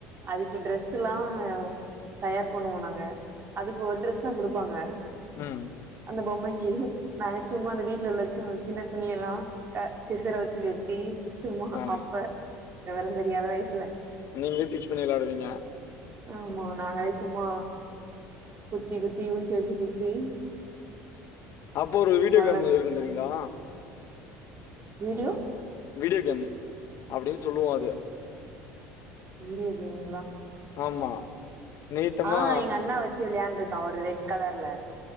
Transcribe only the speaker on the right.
அதுக்கு ட்ரெஸ் எல்லா தயார் பண்ணுவோ நாங்க அதுக்கு ஒரு ட்ரெஸ் தா குடுப்பாங்க
அந்த பொம்மைக்கு நாங்க சும்மா அந்த வீட்டுல உள்ள வெச்சு சின்ன துணி எல்லா க சிசர வெச்சு வெட்டி சும்மா
அப்ப வெவர தெரியாத வயசுல
ஆமா நாங்களே சும்மா குத்தி குத்தி ஊசிய வெச்சு குத்தி
நல்ல
வீடியோ
வீடியோ கேமுங்களா
ஆ எங்க அண்ணா வெச்சு வெளையாண்டுக்கா ஒரு ரெட் கலர்ல